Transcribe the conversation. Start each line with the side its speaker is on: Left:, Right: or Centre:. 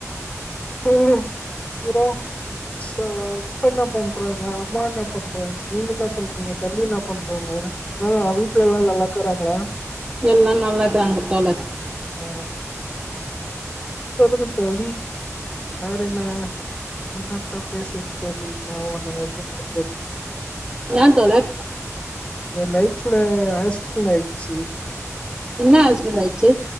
Left: சொல்லு அப்றொ ச அப்பா என்ன பண்றாங்க அம்மா என்ன பண்றாங்க நீங்க என்ன பண்றீங்க தம்பி என்ன பண்றாங்க ஆ வீட்ல எல்லா நல்லாக்கராங்களா
Right: எல்லா நல்லாக்குறாங்க தோழர்
Left: ஆ சொல்லுங்க தோழி வேறென்ன என்ன பேசு தோழி <unintelligible>
Right: ஏன் தோழர்
Left: ஏன் லைஃப்ல ஆக்ஸ்டன்ட் ஆயிட்ச்சு
Right: என்ன ஆக்ஸ்டன்ட் ஆச்சு